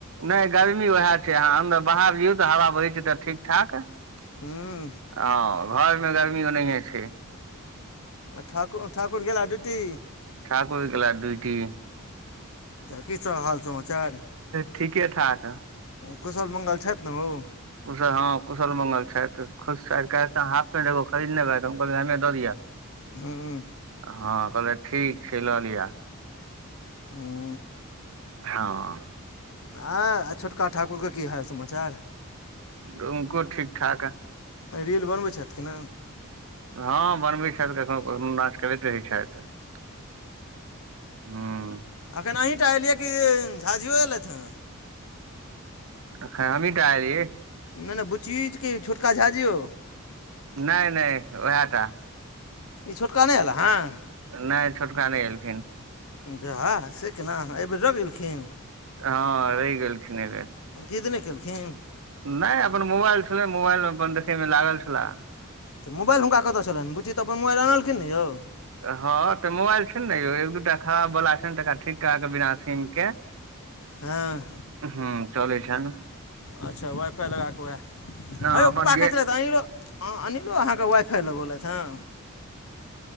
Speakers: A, on the right; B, on the left.
A: नहि गर्मी उएह छैय। अहाँ अन्दर-बाहर जयौ तऽ हवा बही छै तऽ ठीक-ठाक। हँ
B: हूँ
A: घरमे गरमी ओनहिए छैय।
B: ठाकुर ठाकुर गेला ड्यूटी?
A: ठाकुर गेला ड्यूटी।
B: की सब हाल समाचार?
A: ठीके ठाक
B: कुशल मंगल छथि ने ओ?
A: कुशल हँ कुशल मंगल छथि खुश छथि कैल तऽ हाफ पेंट एगो खरीदने रहैत हम कहलियैन हमरे दऽ दियअ।
B: हूँ।
A: हँ कहलैथ ठीक छै लऽ लिअ।
B: <inaudible>
A: हँ।
B: जान आ छोटका ठाकुरके की हाल समाचार।
A: उनको ठीक ठाक।
B: आइ रील बनबै छथि।
A: हँ बनबै छथि कखनो कखनो नाच करैत रहैत छथि। <unintelligible> हँ।
B: अखन अहिटा एलियै कि झाजियो एयलथि हँ।
A: एखन हमीटा एलियै।
B: नहि नहि बुचिय की छोटका झाजियो?
A: नय नय उएह टा।
B: ई छोटका नै ऐला सँ?
A: नहि छोटका नहि एलखिन
B: जाह से केना? एहिबेर रहि गेलखिन।
A: हँ रहि गेलखिन एहिबेर।
B: जिद् नहि केलखिन।
A: नहि अपन मोबाइल छलैन मोबाइलमे अपन देखैमे लागल छलाह।
B: तऽ मोबाइल हुनका कत छलनि बुची तऽ अपन मोबाइल अनलखिन ने यौ।
A: हँ तऽ मोबाइल छैन ने यौ एक दू टा खराब वला छैन तकरा ठीक करा के बिना सिम के। <inaudible>
B: हँ।
A: हूँ चलै छैन।
B: अच्छा वाइफाई लगा कऽ वैह,
A: हँ
B: हयो
A: अपन
B: प्पा
A: गे
B: कहै छेलैथ अनेऱो अनील अनिलो अहाँके वाईफाई लगोलैथ हँ?